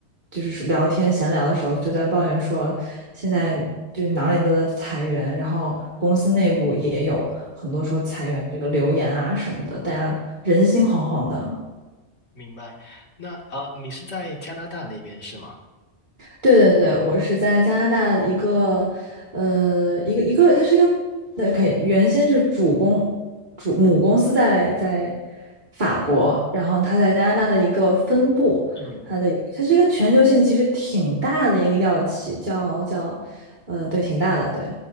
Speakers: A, on the right (about 45°); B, on the left (about 70°).
A: 就是聊天闲聊的时候，就在抱怨说，现在就哪里都在裁员，然后公司内部也有很多说裁员这个流言啊什么的，大家人心惶惶的。
B: 明白。那啊、呃，你是在加拿大那边是吗？
A: 对对对，我是在加拿大一个，呃，一个一个，它是一个，对，可以，原先是主公，主母公司在在法国，然后它在加拿大的一个分部，
B: 嗯，
A: 它的它是一个全球性其实挺大的一个药企，叫叫，呃，对，挺大的，对，